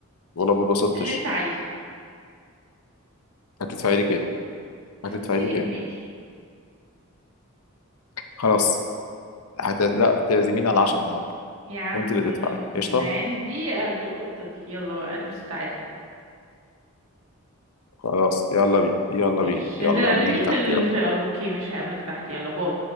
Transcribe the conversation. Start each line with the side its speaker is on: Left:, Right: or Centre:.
Left: ولا ما اتبسطتش
Right: اللي انت عايزه
Left: هتدفعي لي كام
Right: خمسين
Left: هتدفعي لي كام
Right: جنيه
Left: خلاص هت... لا تعزميني على 10
Right: يا عم
Left: وانت اللي
Right: من
Left: تدفعي قشطه
Right: عندي قبل القطة دي يلا بقى البس وتعالى
Left: خلاص يلا بينا يلا
Right: ماشي
Left: بينا يلا
Right: انزل قابلني
Left: قابليني
Right: في
Left: تحت
Right: ال...
Left: يلا
Right: في اوكي مش هقابلك تحت يلا باي